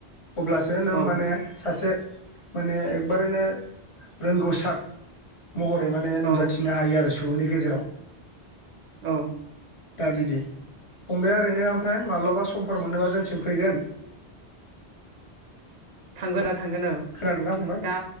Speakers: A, on the left; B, on the right.
A: अब्लासो नों
B: औ
A: माने सासे माने एकबारैनो रोंगौसाद महरै माने
B: औ
A: नुजा हायो आरो सुबुंनि गेजेराव।
B: औ
A: दा बिदि, फंबाया ओरैनो ओमफ्राय माब्लाबा समफोर मोनोबा जोंनिथिं फैगोन?
B: थांगोन आदा थांगोन औ,
A: खोनादोंना फंबाय
B: दा